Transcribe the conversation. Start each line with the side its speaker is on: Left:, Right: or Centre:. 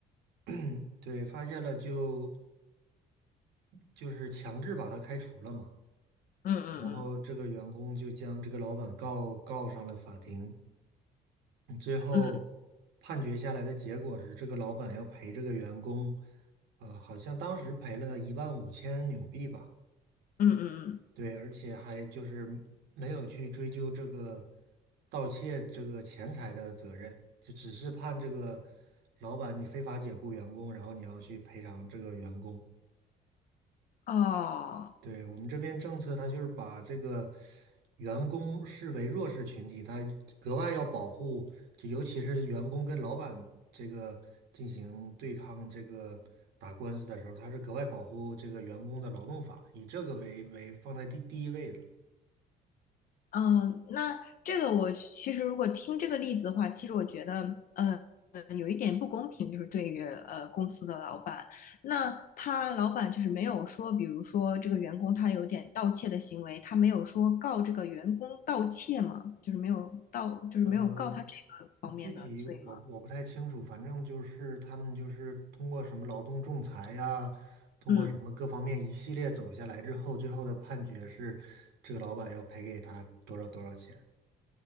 Right: <clears throat> 对，发现了就就是强制把他开除了嘛，
Left: 嗯嗯
Right: 然后这个员工就将这个老板告告上了法庭。嗯最后
Left: 嗯，嗯
Right: 判决下来的结果是，这个老板要赔这个员工，呃，好像当时赔了一万五千纽币吧。
Left: 嗯嗯嗯，
Right: 对，而且还就是没有去追究这个盗窃这个钱财的责任，就只是判这个老板你非法解雇员工，然后你要去赔偿这个员工。
Left: 哦。
Right: 对，我们这边政策，它就是把这个员工视为弱势群体，他格外要保护，就尤其是员工跟老板这个进行对抗、这个打官司的时候，他是格外保护这个员工的劳动法，以这个为为放在第第一位的。
Left: 嗯，那这个我其实如果听这个例子的话，其实我觉得，呃，有一点不公平，就是对于呃公司的老板，那他老板就是没有说，比如说这个员工他有点盗窃的行为，他没有说告这个员工盗窃吗？就是没有盗，就是没有告他这个方面的罪吗？
Right: 嗯。具体我我不太清楚，反正就是他们就是通过什么劳动仲裁呀，通过什么各方面一系列走下来之后，
Left: 嗯。
Right: 最后的判决是这个老板要赔给他多少多少钱。